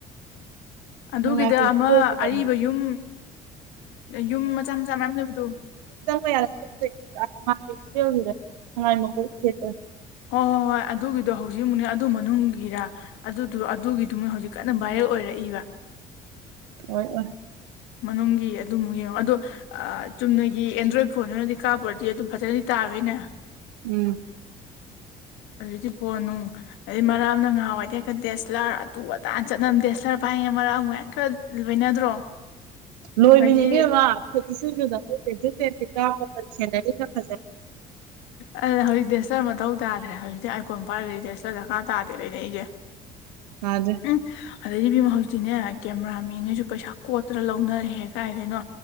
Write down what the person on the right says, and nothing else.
ꯁꯉꯥꯏ ꯐꯦꯁꯇꯤꯚꯦꯜ
ꯍꯥꯏꯕꯅꯤ
ꯁꯉꯥꯏꯣꯛꯇ
ꯑꯣꯏ ꯑꯣꯏ
ꯎꯝ
ꯂꯣꯏꯕꯤꯅꯤ
ꯏꯅꯦꯝꯃꯥ ꯐꯨꯠ ꯏꯁꯨ ꯁꯨꯗꯥꯈꯩ ꯀꯥꯞꯄ ꯁꯦꯟꯅꯔꯤ ꯈꯔ ꯐꯖꯔꯦ
ꯑꯗꯨꯅꯦ